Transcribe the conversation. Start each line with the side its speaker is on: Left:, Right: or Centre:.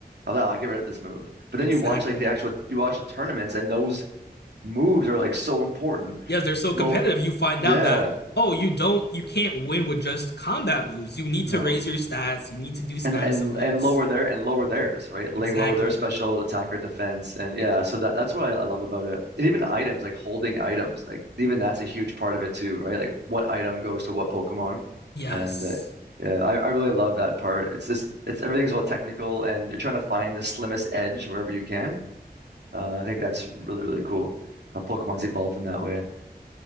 Right: I'll, I'll get rid of this move. But then
Left: Exactly.
Right: you watch like the actual, you watch the tournaments, and those moves are like so important.
Left: Yes, they're so
Right: Low,
Left: competitive. You find
Right: yeah,
Left: out that oh, you don't, you can't win with just combat moves. You need
Right: no.
Left: to raise your stats. You need to do status
Right: and and
Left: effects.
Right: and lower their and lower theirs, right? Like
Left: Exactly.
Right: lower their special attack or defense, and yeah, so that that's what I, I love about it. And even items like holding items, like even that's a huge part of it too, right? Like what item goes to what Pokemon,
Left: Yes.
Right: and uh, yeah, I, I really love that part. It's just it's everything's all technical, and you're trying to find the slimmest edge wherever you can. Uh, I think that's really really cool how Pokemon's evolved in that way.